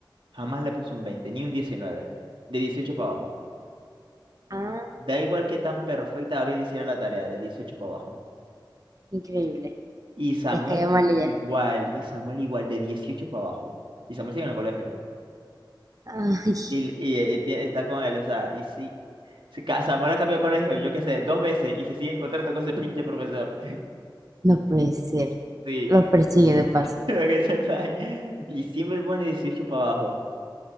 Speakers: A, on the right; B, on the right.
A: Jamás le puso un veinte ni un diecinueve De 18 para abajo.
B: Ah,
A: Da igual que tan perfecta Gabriel hiciera la tarea, de 18 para abajo.
B: increíble.
A: Y Samuel
B: Descaya mal ella.
A: igual, y Samuel igual, de 18 para abajo. Y Samuel sigue en el colegio.
B: Ay,
A: Y, y, eh, tie- está con él, o sea, y sí. se ca- Samuel ha cambiado de colegio, yo qué sé, dos veces y se sigue encontrando con ese pinche profesor.
B: no puede ser.
A: Sí,
B: Los persigue de paso.
A: <laughs> para que sepáis. Y siempre pone 18 para abajo.